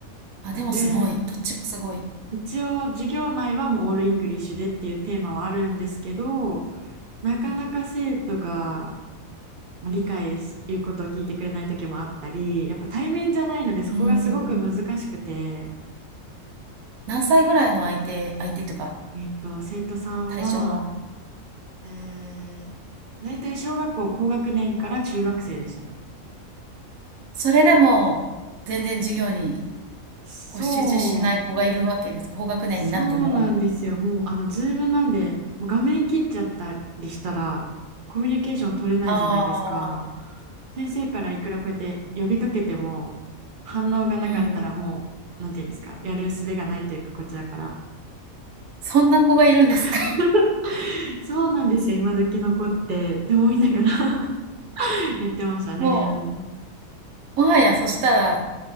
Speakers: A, on the right; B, on the right.
A: あ、でもすごい。
B: で、
A: どっちもすごい。
B: 一応、授業内はもうオールイングリッシュでっていうテーマはあるんですけど、なかなか生徒が、
A: うん。
B: まあ、理解し、いうことを聞いてくれない時もあったり、やっぱ対面じゃないので、そこがすごく難しくて、
A: うん。何歳ぐらいの相手相手というか、
B: えっと、生徒さんは、
A: 対象は。
B: えー、大体小学校高学年から中学生でしたね。
A: それでも、全然授業に
B: そう、
A: こう集中しない子がいるわけです。高学年になっても？
B: そうなんですよ。もう、あの、ズームなんで、もう画面切っちゃったりしたら、コミュニケーション取れないじゃないですか。
A: ああ、
B: 先生からいくらこうやって呼びかけても、反応がなかったらもう、
A: うん。
B: なんていうんですか、やる術がないというか、こちらから。
A: そんな子がいるんですか？
B: <laughs>
A: <laughs>
B: そうなんですよ、今時の子って、って思いながら <laughs> やってましたね。
A: もうもはやそしたら、